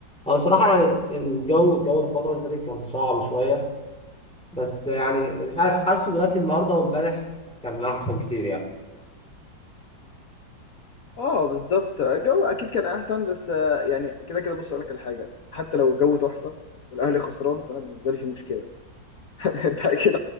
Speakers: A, in the centre; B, on the left (about 55°).
A: اه صراحة يعني الجو الجو الفترة اللي فاتت كان صعب شوية بس يعني مش عارف حاسه دلوقتي النهاردة وامبارح كان احسن كتير يعني
B: اه بالظبط الجو اكيد كان احسن بس آه، يعني كده كده بص اقول لك على حاجة حتى لو الجو تحفة والاهلي خسران فانا بالنسبة لي في مشكلة <laughs> انت اكيد